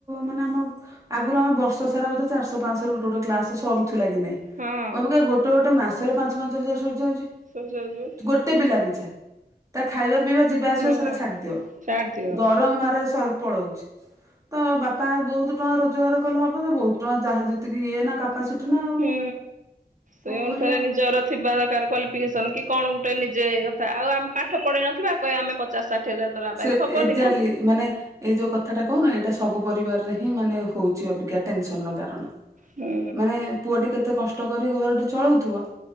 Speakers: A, on the right; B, on the right.
A: ମାନେ ଆମ ଆଗରୁ ଆମେ ବର୍ଷ ସାରା ବୋଧ ଚାରିଶହ ପାଞ୍ଚଶହ ଗୋଟେ ଗୋଟେ କ୍ଲାସ ସରୁ ଥିଲା କି ନାଇଁ
B: ହଁ
A: ଅବିକା ଗୋଟେ ଗୋଟେ ମାସରେ ପାଞ୍ଚ ପାଞ୍ଚ ହଜାର ସରିଯାଉଛି।
B: ଶୋଇ ଯାଉଛୁ।
A: ଗୋଟେ ପିଲା ପିଛା। ତା ଖାଇବା ପିଇବା ଯିବା ଆସିବା
B: ହଁ।
A: ସେରା ଛାଡି ଦିଅ
B: ଛାଡ୍ ଦିଅ
A: ଦରମାରେ ସାର୍ ପଳଉଛି। ତ ବାପା ବହୁତ ଟଙ୍କା ରୋଜଗାର କଲେ ହବ ସେ ବହୁତ ଟଙ୍କା ଯାହାର ଯେତିକି ଇଏ ନା କାପାସିଟି। ନା ଆଉ।
B: ହୁଁ ସେଏ
A: କଣ
B: ଅନୁସାରେ
A: କରିବା
B: ନିଜର ଥିବା ଦରକାର କ୍ୱାଲିଫିକେସନ କି କଣ ଗୋଟେ ନିଜେ କଥା ଆଉ ଆମେ ପାଠ ପଢେଇ ନଥିବା। କଇବେ ଆମେ ପଚା ଷାଠି ହଜାର ଦରମା
A: ସେ
B: ପାଇବା ହବନି
A: ଏକ୍ଜାଟଲି
B: ନା
A: ମାନେ ଏଇ ଯୋଉ କଥାଟା କହୁନ ଏଇଟା ସବୁ ପରିବାରରେ ହିଁ ମାନେ ହଉଛି ଅବିକା ଟେନସନ ର କାରଣ।
B: ହୁଁ
A: ମାନେ ପୁଅଟି କେତେ କଷ୍ଟ କରି ଘରଟି ଚଳଉଥିବ।